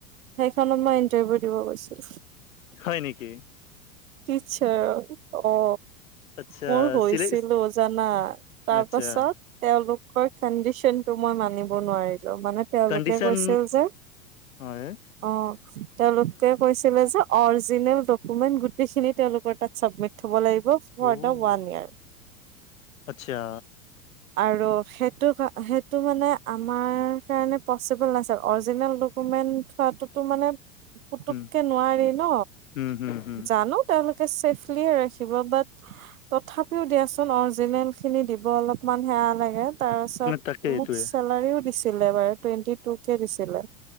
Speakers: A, on the right; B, on the left.
A: সেইখনত <unintelligible> দিব গৈছিল।
B: হয় নেকি?
A: টিচাৰ অ।
B: আচ্ছা
A: মোৰ হৈছিলো
B: চিলে
A: জানা তাৰ
B: আচ্ছা
A: পাছত তেওঁলোকৰ কণ্ডিশন টো মই মানিব নোৱাৰি লো মানে তেওঁলোকে
B: কণ্ডিশন
A: কৈছিল যে
B: হয়
A: অ তেওঁলোকে কৈছিলে যে অৰজিনেল ডকমেন্ট গোটেইখিনি তেওঁ লোকৰ তাত চাবমিট থব লাগিব। For
B: um
A: the one year
B: আচ্ছা।
A: আৰু সেইটো সেইটো মানে আমাৰ কাৰণে পচিবল নাছিল। অৰিজিনেল ডকুমেণ্ট থোৱাটোতো মানে পুতুককে
B: উম
A: নোৱাৰি ন,
B: উম হম হম
A: জানো তেওঁলোকে চেফলিয়ে ৰাখিব বাট তথাপিও দিয়াচোন অৰিজিনেল খিনি দিব অলপ অকমান সেৱ লাগে তাৰ পিছত
B: তাকে এইটোয়ে
A: মোক চেলাৰিও দিছে ছিলে বাৰু টুৱেটি টু কে দিছিলে।